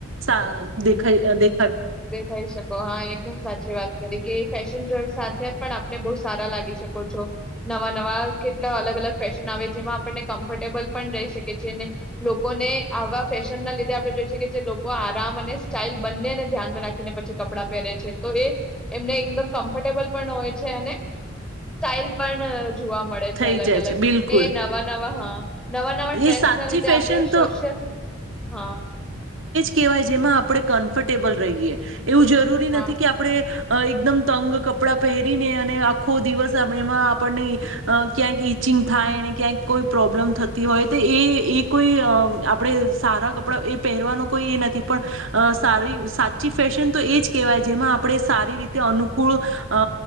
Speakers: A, on the right (about 70°); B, in the centre.
A: સા દેખાઈ અ દે
B: દેખાઈ શકો હા એકદમ સાચી વાત કેદકે ફેશનજળ સાથે પણ આપણે બહુ સારા લાગી શકો છો, નવા નવા કેટલા અલગ અલગ ફેશન આવે જેમાં આપણને કમ્ફર્ટેબલ પણ રહી શકે છે, ને લોકોને આવા ફેશન ના લીધે આપણે જોઈ શકીએ છે, લોકો આરામ અને સ્ટાઇલ બંનેને ધ્યાન <unintelligible> નાખીને પછી કપડા પહેરે છે તોએ એમને એકદમ કમ્ફર્ટેબલ પણ હોય છે અને સ્ટાઇલ પણ જોવા મળે છે,
A: થઈ
B: અલગ
A: જાય
B: અલગ
A: છે બિલકુલ
B: ને નવા નવા હા. નવા નવા ટ્રેન્ડસ
A: એ સાચી
B: ના લીધે
A: ફેશન
B: આપણે
A: તો
B: સોશિયલ હ.
A: કેવાય જેમાં આપડે કમ્ફર્ટેબલ રહીએ. એવું જરૂરી નથી
B: હા
A: કે આપડે <unintelligible> અ એકદમ તંગ કપડાં પહેરીને અને આખો દિવસ આમેમાં આપણને અ ક્યાંક ઈચિંગ થાય અને ક્યાંક કોઈ પ્રોબ્લેમ થત હોય તો એ એ કોઈ આપણે સારા કપડા એ પહેરવાનો કોઈ એ નથી પણ સારી સાચી ફેશન તો એ જ કહેવાય જેમાં આપણે સારી રીતે અનુકૂળ અ